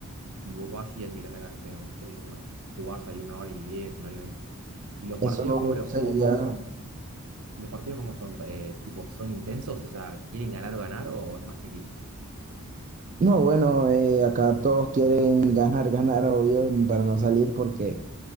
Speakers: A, on the right; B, on the right.
A: y vos vas y alquilás la cancha, digamos, ¿viste? Y bueno, jugás ahí una hora y diez, una hora y veinte. ¿Y los
B: Eso
A: partidos cómo, lo- cómo,
B: sería...
A: cómo son? ¿Los partidos cómo son? Eh, tipo, ¿son intensos? O sea, ¿quieren ganar o ganar o es más tranquilo?
B: No, bueno, eh, acá todos quieren ganar, <laughs> ganar, obvio, para no salir porque